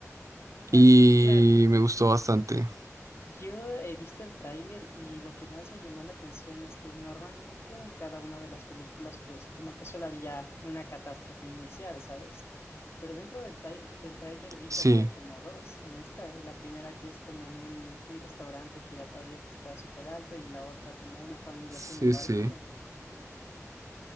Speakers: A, on the left (about 50°); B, on the right (about 80°).
A: Ok,
B: y
A: claro.
B: me gustó bastante.
A: Yo he visto el tráiler y lo que más me llamó la atención es que normalmente en cada una de las películas, pues como que solo había una catástrofe inicial, ¿sabes? Pero dentro del, trai- del tráiler vi
B: Sí,
A: que había como dos. En esta, la primera que es como en un, un restaurante giratorio que está súper alto y la otra como una familia
B: sí,
A: haciendo un barbecue.
B: sí.